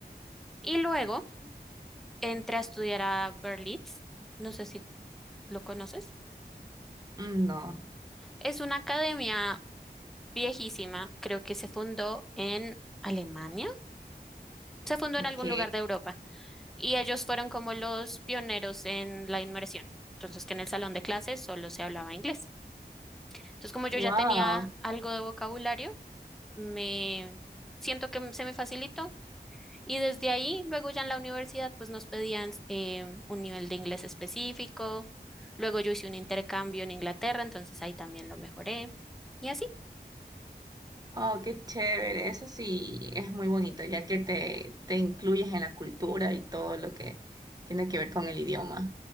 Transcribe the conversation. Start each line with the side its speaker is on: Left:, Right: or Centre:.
Centre: Y luego entré a estudiar a Berlitz, no sé si lo conoces.
Right: Mm, No,
Centre: Es una academia viejísima, creo que se fundó en Alemania, se fundó en
Right: ok.
Centre: algún lugar de Europa y ellos fueron como los pioneros en la inmersión. Entonces, que en el salón de clases solo se hablaba inglés. Entonces, como yo
Right: Wow.
Centre: ya tenía algo de vocabulario, me siento que se me facilitó Y desde ahí, luego ya en la universidad, pues nos pedían eh, un nivel de inglés específico. Luego yo hice un intercambio en Inglaterra, entonces ahí también lo mejoré. Y así.
Right: Oh, qué chévere. Eso sí es muy bonito, ya que te, te incluyes en la cultura y todo lo que tiene que ver con el idioma.